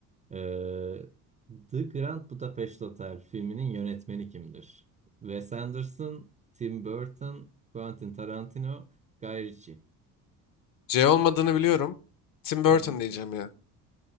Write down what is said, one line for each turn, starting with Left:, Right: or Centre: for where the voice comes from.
Right: Ee, The Grand Budapest Hotel filminin yönetmeni kimdir? Wes Anderson, Tim Burton, Quentin Tarantino, Guy Ritchie.
Left: C olmadığını biliyorum. Tim Burton
Right: Hı hı.
Left: diyeceğim ya.